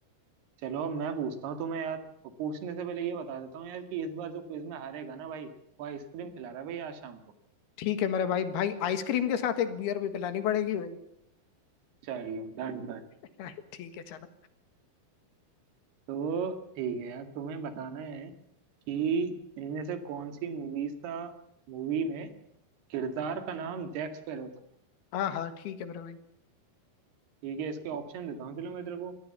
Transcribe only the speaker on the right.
चलो अब मैं पूछता हूँ तुम्हें यार और पूछने से पहले ये बता देता हूँ यार कि इस बार जो क्विज में हारेगा ना भाई वो आइसक्रीम खिला रहा है भाई आज शाम को
चलो डन डन
तो ठीक है यार तुम्हें बताना है कि इनमें से कौन सी मूवीज का मूवी में किरदार का नाम जैक स्पैरो था
ठीक है इसके ऑप्शन देता हूँ चलो मैं तेरे को